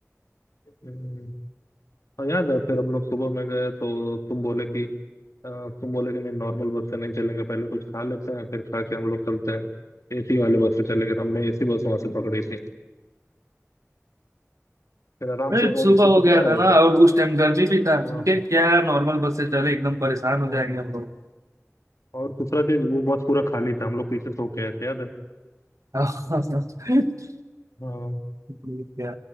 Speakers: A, on the left; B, on the right.
A: भी हाँ याद है फिर हम लोग सुबह में गए तो तुम बोले कि अ, तुम बोले कि नहीं नॉर्मल बस से नहीं चलेंगे पहले कुछ खा लेते हैं फिर खा के हम लोग चलते हैं एसी वाले बस से चलेंगे तो हमने एसी बस वहां से पकड़ी थी फिर आराम
B: अरे
A: से और
B: सुबह
A: तुमको
B: हो
A: पता
B: गया था
A: है
B: ना और उस टाइम गर्मी भी था
A: हाँ
B: ठीक है क्या नॉर्मल बस से चले एकदम परेशान हो
A: हाँ
B: जाएंगे हम लोग
A: और दूसरा चीज वो बस पूरा खाली था हम लोग पीछे सो के आए थे याद है
B: <laughs>
A: हाँ
B: क्या